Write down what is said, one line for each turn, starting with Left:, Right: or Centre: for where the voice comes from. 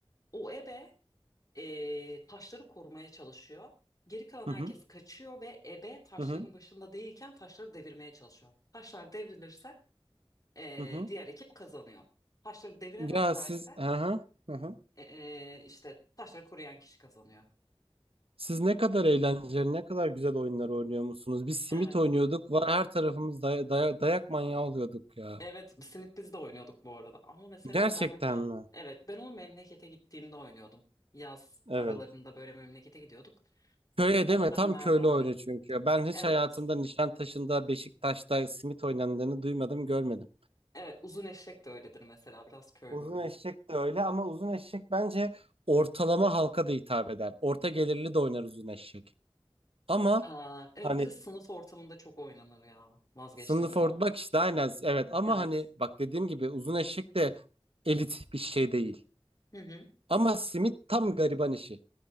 Left: O ebe ee, taşları korumaya çalışıyor. Geri kalan
Right: Hı
Left: herkes
Right: hı.
Left: kaçıyor ve ebe taşların
Right: Hı hı.
Left: başında değilken taşları devirmeye çalışıyor. Taşlar devrilirse e,
Right: Hı hı.
Left: diğer ekip kazanıyor. Taşları deviremezlerse
Right: Ya siz hı hı. Hı hı.
Left: e, e, işte taşları koruyan kişi kazanıyor.
Right: Siz ne kadar eğlenceli, ne kadar güzel oyunlar oynuyor musunuz? Biz simit
Left: Evet.
Right: oynuyorduk. Var her tarafımız day- day- dayak manyağı oluyorduk ya.
Left: Evet, Simit biz de oynuyorduk bu arada. Ama mesela
Right: Gerçekten
Left: ben onu
Right: mi?
Left: evet ben onu memlekete gittiğimde oynuyordum. Yaz
Right: Evet.
Left: aralarında böyle memlekete gidiyorduk.
Right: Köye
Left: O
Right: deme
Left: dönemlerde
Right: tam köylü
Left: oynadım.
Right: oyunu çünkü. Ben hiç
Left: Evet.
Right: hayatımda Nişantaşı'nda, Beşiktaş'ta simit oynandığını duymadım, görmedim.
Left: Evet, uzun eşek de öyledir mesela biraz köylü
Right: Uzun
Left: oyunu.
Right: eşek de öyle ama uzun eşek bence ortalama halka da hitap eder. Orta gelirli de oynar uzun eşek. Ama
Left: Aa, evet
Right: hani
Left: bir de sınıf ortamında çok oynanır ya. Vazgeçtim
Right: sınıf
Left: şu
Right: orta
Left: an.
Right: bak işte aynen evet ama
Left: Evet.
Right: hani bak dediğim gibi uzun eşek de elit bir şey değil.
Left: Hı hı.
Right: Ama simit tam gariban işi.